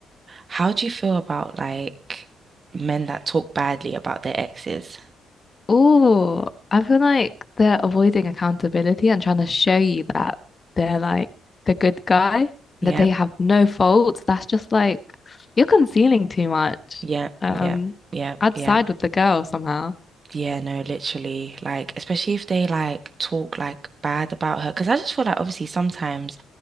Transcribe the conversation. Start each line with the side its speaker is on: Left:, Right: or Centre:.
Right: how do you feel about like men that talk badly about their exes?
Left: Oh, I feel like they're avoiding accountability and trying to show you that they're like the good guy,
Right: Yeah,
Left: that they have no faults. That's just like you're concealing too much.
Right: yeah,
Left: Um,
Right: yeah, yeah,
Left: I'd
Right: yeah,
Left: side
Right: yeah.
Left: with the girl somehow.
Right: Yeah, no, literally. Like, especially if they like talk like bad about her. Because I just feel like obviously sometimes